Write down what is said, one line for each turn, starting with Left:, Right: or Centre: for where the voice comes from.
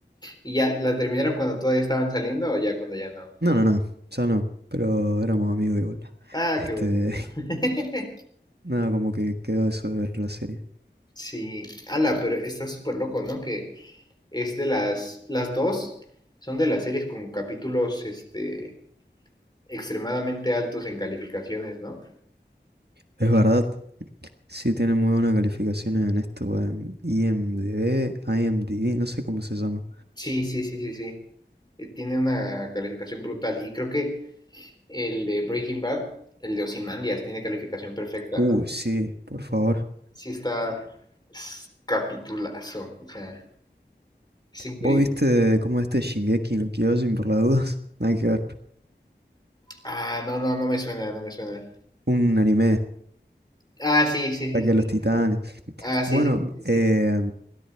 Left: ¿Y ya la terminaron cuando todavía estaban saliendo o ya cuando ya no?
Right: No, no, no, ya no, pero éramos amigos igual.
Left: Ah,
Right: Este,
Left: qué bueno. <laughs>
Right: Nada, como que quedó eso de ver la serie.
Left: Sí, ala, pero está súper loco, ¿no? Que es de las, las dos son de las series con capítulos, este, extremadamente altos en calificaciones, ¿no?
Right: Es verdad, sí tiene muy buenas calificaciones en esto, en IMDb, IMDb, no sé cómo se llama.
Left: Sí, sí, sí, sí, sí. Eh, Tiene una calificación brutal y creo que el de Breaking Bad, el de Ozymandias, tiene calificación perfecta,
Right: Uy,
Left: ¿no?
Right: sí, por favor.
Left: Sí está es capitulazo, o sea, es increíble.
Right: ¿Vos viste cómo este Shingeki no Kyojin por las dudas? <laughs> Nada que ver.
Left: Ah, no, no, no me suena, no me suena.
Right: Un anime.
Left: Ah, sí, sí,
Right: Ataque
Left: sí.
Right: a los Titanes.
Left: sí. Ah, sí,
Right: Bueno,
Left: sí, sí,
Right: eh,
Left: sí.